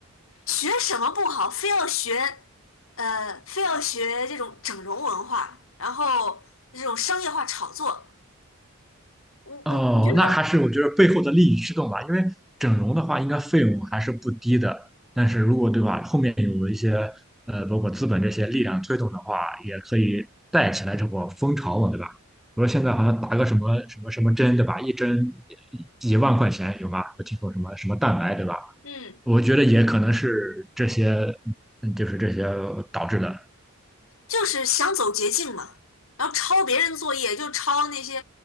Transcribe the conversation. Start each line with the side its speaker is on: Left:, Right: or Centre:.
Left: 学什么不好，非要学，呃，非要学这种整容文化，然后这种商业化炒作，我我我觉得，
Centre: 哦，那还是我觉得背后的利益驱动吧，因为整容的话，应该费用还是不低的。但是如果对吧，后面有一些呃，包括资本这些力量推动的话，也可以带起来这波风潮嘛，对吧？我说现在好像打个什么什么什么针，对吧？一针几万块钱有吗？我听说什么什么蛋白，对吧？
Left: 嗯。
Centre: 我觉得也可能是这些，嗯，就是这些导致的。
Left: 就是想走捷径嘛，然后抄别人作业，就抄那些，